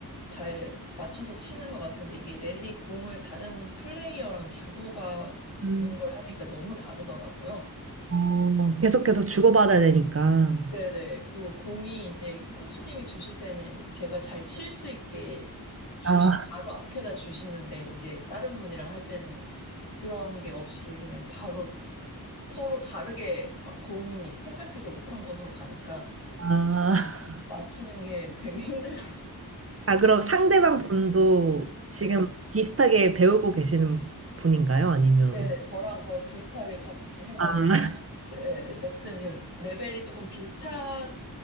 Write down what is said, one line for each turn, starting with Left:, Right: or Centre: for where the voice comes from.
Left: 잘 맞춰서 치는 것 같은데 이게 랠리 공을 다른 플레이어랑 주고받는
Right: 음,
Left: 걸 하니까 너무 다르더라고요.
Right: 어, 계속해서 주고받아야 되니까.
Left: 네네. 그 공이 이제 코치님이 주실 때는 이제 제가 잘 칠 수 있게 주시,
Right: 아.
Left: 바로 앞에다 주시는데 이제 다른 분이랑 할 때는 그런 게 없이 그냥 바로 서로 다르게 막 공이 생각지도 못한 곳으로 가니까
Right: 아,
Left: 맞추는 게 되게 <laughs> 힘들더라고요.
Right: 아, 그럼 상대방 분도 지금
Left: 네,
Right: 비슷하게 배우고 계시는 분인가요? 아니면
Left: 네네, 저랑 거의 비슷하게 가- 해가지고
Right: 아, <laughs>
Left: 네, 네, 레슨 지금 레벨이 조금 비슷한